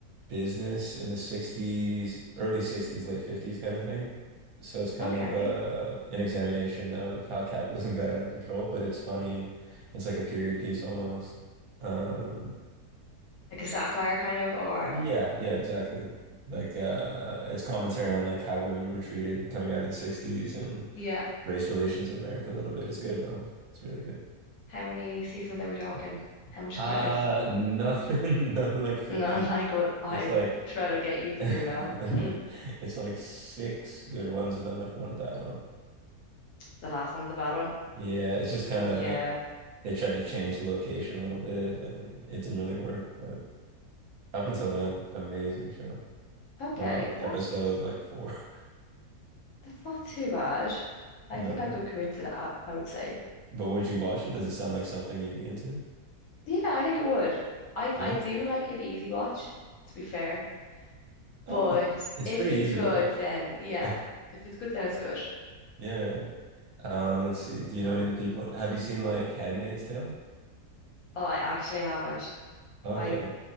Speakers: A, on the right; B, on the left.
A: business in the 60s, early 60s, late 50s kind of thing. So it's kind
B: Okay.
A: of uh, an examination of how capitalism <laughs> got out of control, but it's funny. It's like a period piece almost. Um,
B: Like a satire kind of, or
A: Yeah, yeah, exactly. Like uh it's commentary on like how women were treated coming out of the 60s and
B: yeah.
A: race relations in America a little bit. It's good though. It's really good.
B: How many seasons are we talking? How much
A: Uh
B: commitment?
A: nothing <laughs> nothing
B: <laughs>
A: like 15.
B: Not like what I'm
A: It's like
B: trying to get you
A: <laughs>
B: to
A: it's
B: do now. <laughs>
A: like six good ones and then like one bad one.
B: The last one's a bad one.
A: Yeah, it's just kind
B: Yeah.
A: of they tried to change the location a little bit and it didn't really work, but up until then, amazing show.
B: Okay.
A: I'm on
B: That's
A: episode like four. <laughs>
B: that's not too bad. I
A: No.
B: think I could commit to that, I would say.
A: But would you watch it? Does it sound like something you'd be into?
B: Yeah, I think it would. I
A: Yeah.
B: I do like an easy watch, to be fair.
A: Uh,
B: But
A: it's
B: if
A: pretty
B: it's
A: easy
B: good,
A: watch.
B: then yeah.
A: <laughs>
B: If it's good, then it's good.
A: Yeah. Um, let's see. Do you know any of the people? Have you seen like Handmaid's Tale?
B: Oh, I actually haven't.
A: Okay.
B: I